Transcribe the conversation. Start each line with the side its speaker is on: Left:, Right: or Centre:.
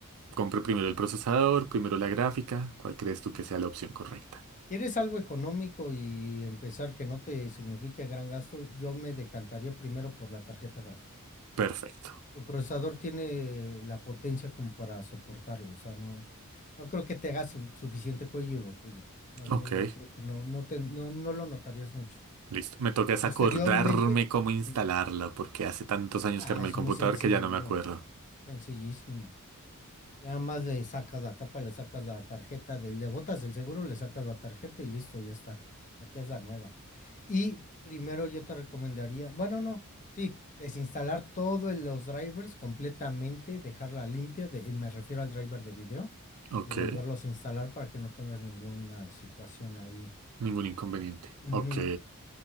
Right: Compro primero el procesador, primero la gráfica. ¿Cuál crees tú que sea la opción correcta?
Left: ¿Quieres algo económico y empezar que no te signifique gran gasto? Yo me decantaría primero por la tarjeta gráfica.
Right: Perfecto.
Left: Tu procesador tiene la potencia como para soportarlo, o sea, no, no creo que te haga su- suficiente cuello de botella. Más
Right: Ok,
Left: bien yo creo que no, no te, no, no lo notarías mucho.
Right: listo. Me toca es
Left: Posteriormente,
Right: acordarme cómo instalarla,
Left: Ujú.
Right: porque hace tantos años
Left: ah,
Right: que armé
Left: es
Right: el computador
Left: muy sencillo,
Right: que ya no me acuerdo.
Left: sencillísimo. Ya más le sacas la tapa, le sacas la tarjeta, de- le botas el seguro, le sacas la tarjeta y listo, ya está. Metes la nueva. Y primero yo te recomendaría, bueno, no, sí, desinstalar todos los drivers completamente, dejarla limpia, de- me refiero al driver de video,
Right: Ok,
Left: y volverlos a instalar para que no tengas ninguna situación ahí.
Right: ningún inconveniente.
Left: Ujú,
Right: Ok,